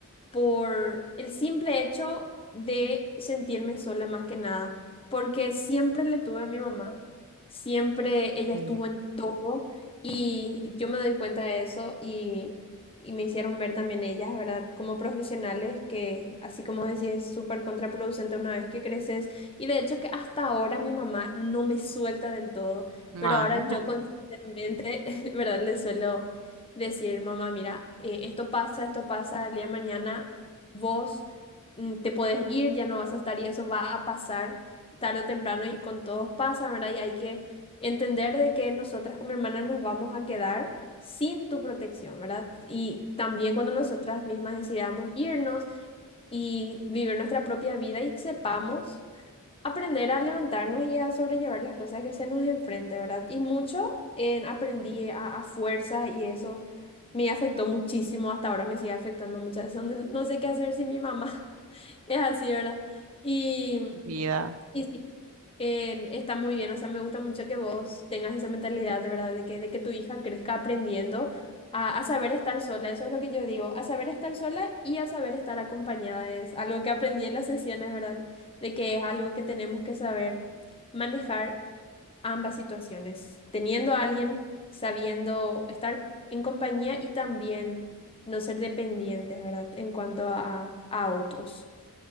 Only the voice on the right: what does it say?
Sí.
Bueno,
vida,